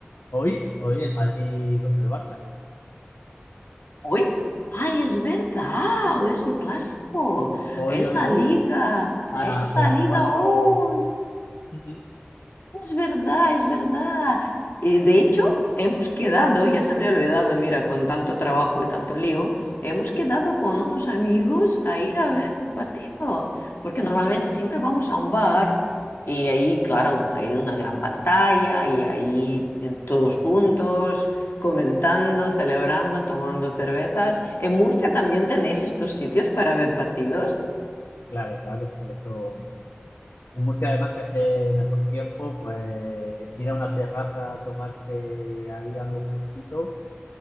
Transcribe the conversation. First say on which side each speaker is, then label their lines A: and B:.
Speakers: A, on the left; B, on the left.
A: Hoy, hoy el Madrid contra el Barça.
B: ¿Hoy? Ay, es verdad, es el clásico,
A: Hoy,
B: es
A: hoy,
B: la
A: hoy,
B: liga,
A: sí, sí. A,
B: es la
A: a las
B: liga
A: cuatro.
B: hoy.
A: Ujú.
B: Es verdad, es verdad. Y de hecho, hemos quedado, ya se me ha olvidado, mira, con tanto trabajo y tanto lío, hemos quedado con unos amigos a ir a ver el partido, porque normalmente siempre vamos a un bar y ahí, claro, hay una gran pantalla y ahí eh, todos juntos, comentando, celebrando, tomando cervezas. ¿En Murcia también tenéis estos sitios para ver partidos?
A: Claro, claro, sí, eso. En Murcia, además que hace mejor tiempo, pues ir a una terraza, a tomarse ahí algo fresquito